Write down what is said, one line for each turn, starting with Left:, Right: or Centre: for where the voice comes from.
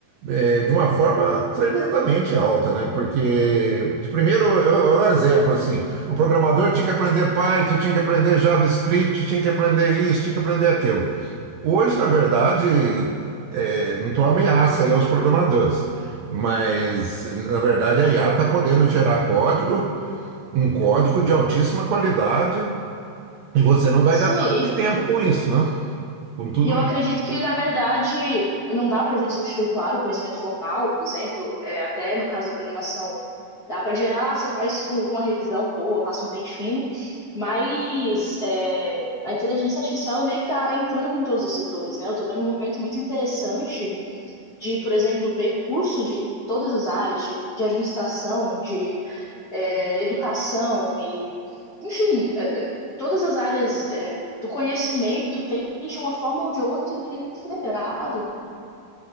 Right: é, de uma forma tremendamente alta, né? Porque, de primeiro, eu- eu- um exemplo assim, o programador tinha que aprender Python, tinha que aprender JavaScript, tinha que aprender isso, tinha que aprender aquilo. Hoje, na verdade, é, não estou ameaça aí aos programadores, mas na verdade a IA está podendo gerar código, um código de altíssima qualidade, e você não vai
Left: sim.
Right: gastar mais tempo com isso, né? com tudo
Left: E eu acredito
Right: isso.
Left: que, na verdade, não dá para a gente substituir, claro, o conhecimento formal, por exemplo, é, até no caso da programação, dá para gerar, você faz um- uma revisão boa, passa um pente fino, mas é, a inteligência artificial ela meio que está entrando em todos os setores, né? Eu estou vendo um movimento muito interessante de, por exemplo, ver curso de todas as áreas, de de administração, de é, educação e, enfim, é, é, todas as áreas é, do conhecimento têm de uma forma ou de outra integrado